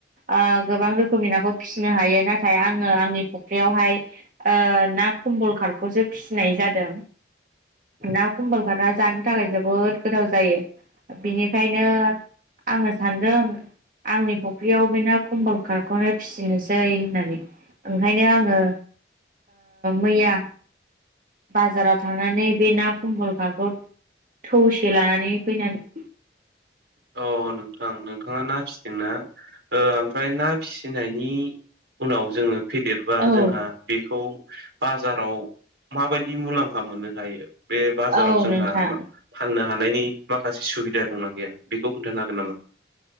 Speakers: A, on the right; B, on the right.
A: ओ गोबां रोखोमनि नाखौ फिसिनो हायो नाथाय आङो आंनि फुख्रियावहाय ना खम्बल खालाम खौसो फिसिनाय जादों ना कम्बल खारना जानो थाखाय जोबोद गोथाव जायो बिनिखायनो आङो सानदों आंनि फुख्रियाव बे ना कम्बल खारखौनो फिसिनोसै होननानै ओंखायनो आङो मैया बाजाराव थांनानै बे ना कमबल कारखौ थौसे लानानै फैनानै
B: औ नोंथां नोंथाङा ना फिसिदोंना ओमफ्राय ना फिसिनायनि उनाव जोङो फेदेरबा
A: औ
B: जोंहा बेखौ बाजाराव माबायदि मुलाम्फा मोननो हायो बे बाजाराव
A: औ
B: जोंहा
A: नोंथां
B: फाननो हानायनि माखासे सुबिदा दंना गैया बेखौ खोन्थानो हागोन नामा